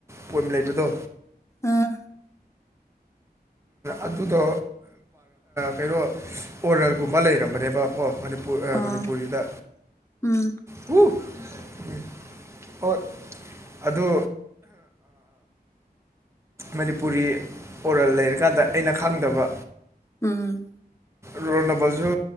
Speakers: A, on the right; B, on the left.
A: ꯄꯣꯏꯝ ꯂꯩꯕꯗꯣ
B: ꯑꯥ
A: ꯑꯗꯨꯗꯣ ꯀꯩꯅꯣ ꯑꯣꯔꯦꯜꯒꯨꯝꯕ ꯂꯩꯔꯝꯕꯅꯦꯕꯀꯣ ꯃꯅꯤꯄꯨꯔ ꯑ
B: ꯑꯥ
A: ꯃꯅꯤꯄꯨꯔꯒꯤꯗ
B: ꯎꯝ
A: <unintelligible> ꯍꯣꯏ ꯑꯗꯨ ꯃꯅꯤꯄꯨꯔꯤ ꯑꯣꯔꯜ ꯂꯩꯔꯀꯥꯟꯗ ꯑꯩꯅ ꯈꯪꯗꯕ
B: ꯎꯝ
A: ꯔꫭꯟ ꯅꯝꯕꯔꯁꯨ